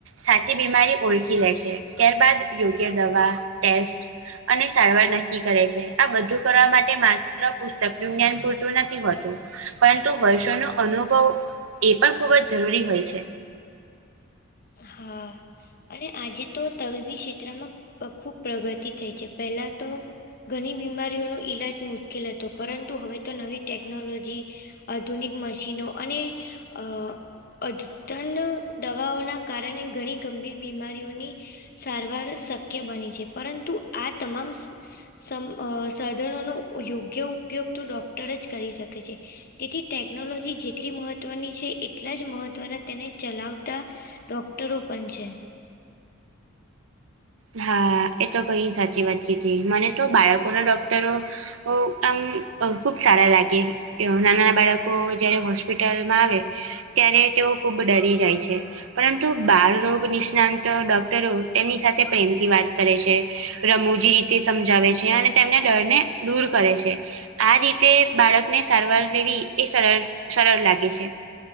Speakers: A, on the right; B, on the left.
A: સાચી બીમારી ઓળખી લે છે. ત્યારબાદ યોગ્ય દવા ટેસ્ટ અને સારવાર નક્કી કરે છે આ બધું કરવા માટે માત્ર પુસ્તકનું જ્ઞાન પૂરતું નથી હોતું. પરંતુ વર્ષોનો અનુભવ એ પણ ખૂબઅજ જરૂરી હોય છે.
B: હા. અને આજે તો તબીબી ક્ષેત્રમાં અહ ખૂબ પ્રગતિ થઈ છે. પેલા તો ઘણી બીમારીઓનો ઈલાજ મુશ્કેલ હતો પરંતુ હવે તો નવી ટેકનોલોજી આધુનિક મશીનો અને અહ અધન દવાઓના કારણે ઘણી ગંભીર બીમારીઓની સારવાર શક્ય બની છે. પરંતુ આ તમામ સમ અહ સાધનો નો યોગ્ય ઉપયોગ તો ડોક્ટર જ કરી શકે છે. તેથી ટેકનોલોજી જેટલી મહત્વની એટલા જ મહત્વના તેને ચલાવતા ડૉક્ટરો ઓ પન છે.
A: હા એ તો ઘણી સાચી વાત કીધી. મને તો બાળકોના ડોક્ટરો ઓ આમ અહ ખુબ સારા લાગે. કે ના નાના બાળકો જયારે હોસ્પિટલમાં આવે ત્યારે તેઓ ખુબ ડરી જાય છે. પરંતુ બાળરોગ નિષ્ણ તો ડોક ટરો તેની સાથે તેમથી વાત કરે છે, રમૂજી રીતે સમજાવે છે અને તેમના ડર ને દૂર કરે છે. આ રીતે બાળકને સારવાર લેવી એ સરળ સરળ લાગે છે.